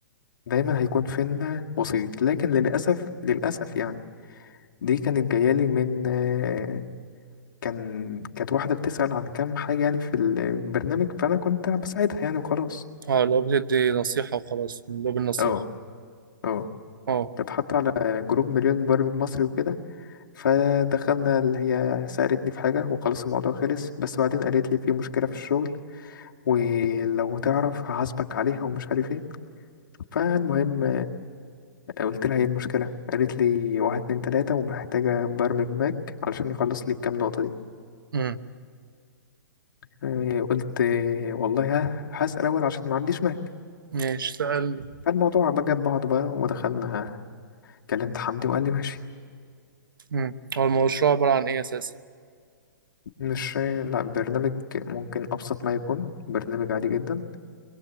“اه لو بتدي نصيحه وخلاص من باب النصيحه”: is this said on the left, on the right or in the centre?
Right